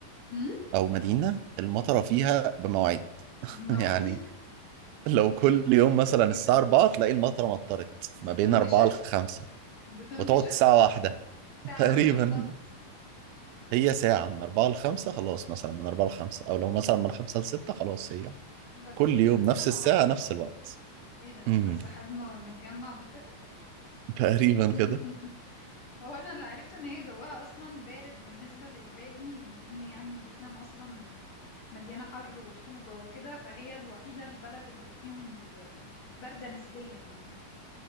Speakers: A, on the left; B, on the right.
A: امم
B: او مدينه المطره فيها بمواعيد <laughs>
A: بمواعيد
B: يعني لو
A: <laughs>
B: كل يوم مثلا
A: ايه
B: الساعة
A: ده
B: 4 تلاقي المطرة مطرت
A: دي
B: ما
A: بتمضي
B: بين 4
A: شفت
B: ل 5
A: بتمضي
B: وتقعد
A: شفت
B: ساعة واحدة <laughs>
A: ساعة
B: تقريبا
A: واحدة بالظبط
B: هي ساعة من 4 ل 5 خلاص مثلا من 4 ل 5 أو لو مثلا من 5 ل 6 خلاص هي
A: بس
B: كل
A: هي مثبتة
B: يوم نفس
A: مواعيدها
B: الساعة نفس الوقت
A: ايه ده
B: امم
A: ده السحاب م- متجمع ومتفق
B: <laughs> تقريبا
A: <laughs>
B: كده
A: هو انا اللي عرفته ان هي جواها اصلا بارد بالنسبه للباقي ان يعني فيتنام اصلا مليانه حر ورطوبه وكده فهي الوحيده البلد اللي فيهم ال- بارده نسبيا يعني